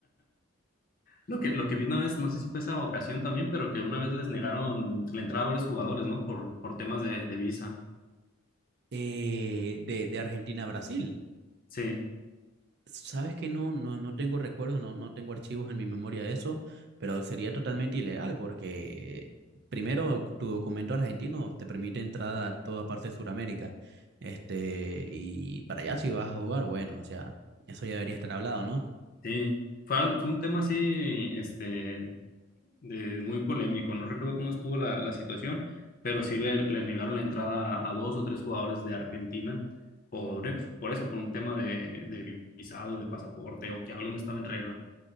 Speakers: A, on the left; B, on the right.
A: Lo que, lo que vi una vez, no sé si fue esa ocasión también, pero que una vez les negaron la entrada a varios jugadores, ¿no? Por, por temas de, de visa.
B: eh, de, de Argentina a Brasil.
A: Sí,
B: Sabes que no, no, no tengo recuerdos, no, no tengo archivos en mi memoria de eso, pero sería totalmente ilegal porque primero tu documento argentino te permite entrada a toda parte de Sudamérica. Este, y para allá si vas a jugar, bueno, o sea, eso ya debería estar hablado, ¿no?
A: sí. Fue, al- fue un tema así, este, de, muy polémico. No recuerdo cómo estuvo la, la situación, pero sí le, le negaron la entrada a dos o tres jugadores de Argentina por, e- por eso, por un tema de, de visado, de pasaporte o que algo no estaba en regla